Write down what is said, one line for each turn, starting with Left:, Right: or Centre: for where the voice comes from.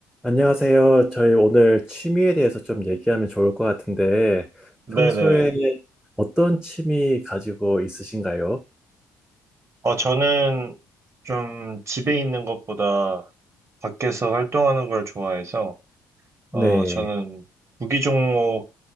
Centre: 안녕하세요. 저희 오늘 취미에 대해서 좀 얘기하면 좋을 것 같은데,
Right: 네네.
Centre: 평소에 어떤 취미 가지고 있으신가요?
Right: 어, 저는 좀 집에 있는 것보다 밖에서 활동하는 걸 좋아해서,
Centre: 네,
Right: 어, 저는 구기 종목